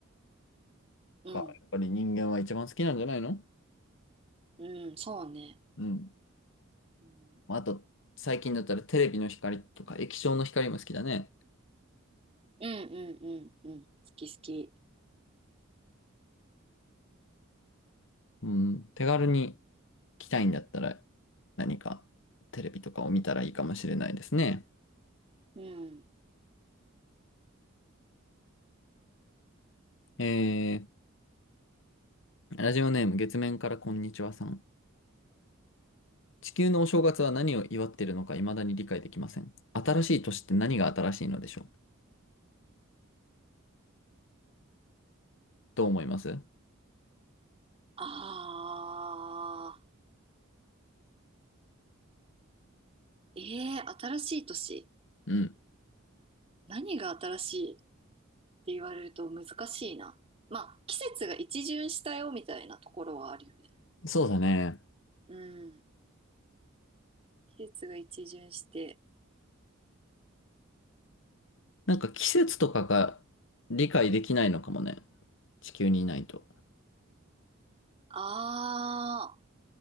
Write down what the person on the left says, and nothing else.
がやっぱり人間は一番好きなんじゃないの
うん。
まああと、最近だったらテレビの光とか液晶の光も好きだね。
うん。手軽に来たいんだったら何かテレビとかを見たらいいかもしれないですね。
えー、ラジオネーム月面からこんにちはさん。地球のお正月は何を祝っているのか未だに理解できません。新しい年って何が新しいのでしょうどう思います
うん。
そうだね。
なんか季節とかが理解できないのかもね。地球にいないと。